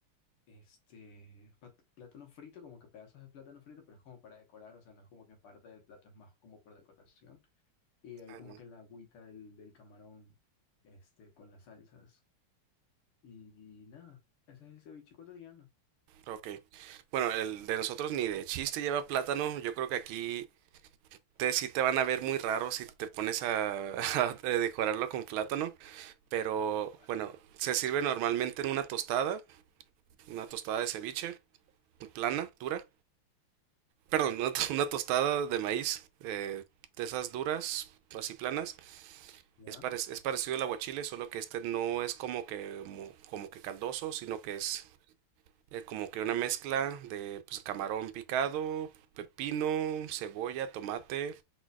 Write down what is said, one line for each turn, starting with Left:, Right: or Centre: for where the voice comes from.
Left: Este, pat- plátano frito, como que pedazos de plátano frito, pero es como para decorar, o sea, no es como que parte del plato, es más como por decoración. Y ahí
Right: Ah,
Left: como que la agüita del, del camarón, este, con las salsas. Y, nada, ese es el ceviche ecuatoriano.
Right: Ok. Bueno, el de nosotros ni de chiste lleva plátano. Yo creo que aquí te, sí te van a ver muy raro si te pones a, <laughs> a decorarlo con plátano. Pero
Left: <laughs>
Right: bueno, se sirve normalmente en una tostada, una tostada de ceviche, plana, dura. Perdón, una, to- <laughs> una tostada de maíz, eh, de esas duras, así planas.
Left: ¿Ya?
Right: Es, parec- es parecido al aguachile, solo que este no es como que, mo- como que caldoso, sino que es eh, como que una mezcla de pues, camarón picado, pepino, cebolla, tomate,